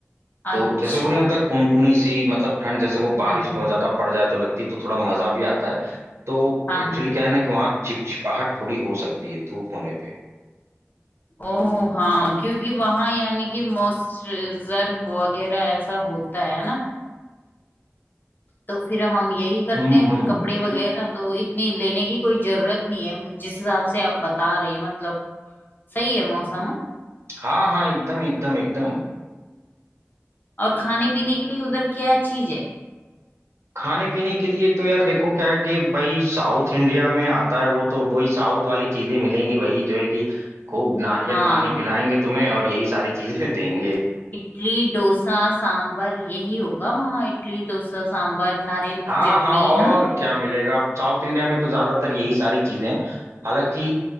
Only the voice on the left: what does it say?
अच्छा
हम्म हम्म
हाँ
हाँ
ओ हाँ क्योंकि वहां यानी कि मॉइस्चराइजर वगैरह ऐसा होता है ना तो फिर हम यही करते
हैं
फिर कपड़े वगैरह तो इतनी लेने की कोई जरूरत नहीं है जिस हिसाब से आप बता रहे हैं मतलब सही है मौसम हाँ?
और खाने पीने के लिए उधर क्या चीज है
हाँ
इडली डोसा सांबर यही होगा वहाँ इडली डोसा सांबर नारियल की
चटनी
है ना